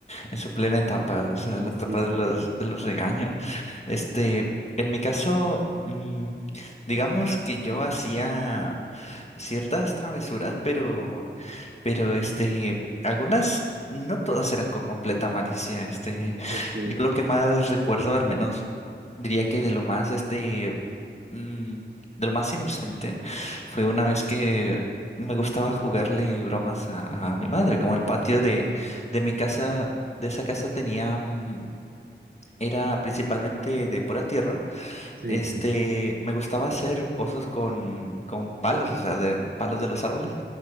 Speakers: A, on the left; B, on the right.
A: en su plena etapa, o sea,
B: Sí,
A: la etapa
B: sí, sí.
A: de los, de los regaños. Este, en mi caso, mm, digamos que yo hacía ciertas travesuras, pero pero este, algunas, no todas eran con completa malicia. Este,
B: de que-
A: yo lo que más recuerdo, al menos diría que de lo más este, mm, de lo más inocente, fue una vez que me gustaba jugarle bromas a, a mi madre, como el patio de, de mi casa, de esa casa tenía, mm, era principalmente de pura tierra.
B: Sí,
A: Este,
B: sí,
A: me gustaba hacer pozos con, con palos, o sea, de palos de los árboles